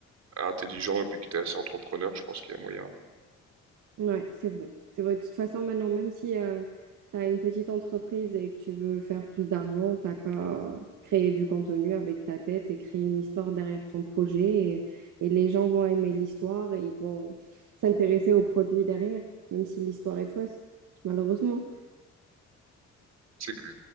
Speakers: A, on the right; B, on the right.
A: intelligent et puis que tu es assez entrepreneur, je pense qu'il y a moyen.
B: Ouais, c'est vrai. C'est vrai. De toute façon, maintenant, même si euh, tu as une petite entreprise et que tu veux faire plus d'argent, t'as qu'à créer du contenu avec ta tête et créer une histoire derrière ton projet. Et, et les gens vont aimer l'histoire et ils vont s'intéresser au produit derrière, même si l'histoire est fausse, malheureusement.
A: C'est que